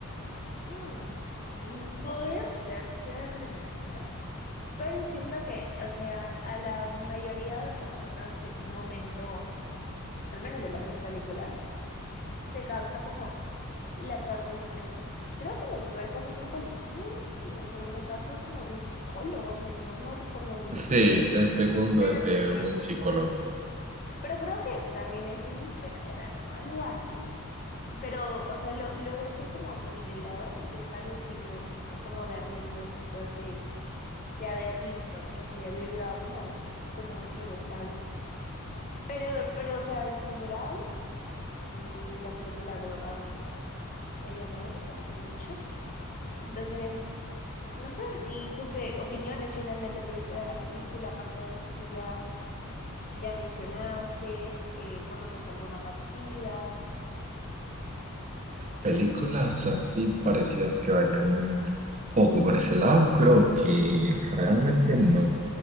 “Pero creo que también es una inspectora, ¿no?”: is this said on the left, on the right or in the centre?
Left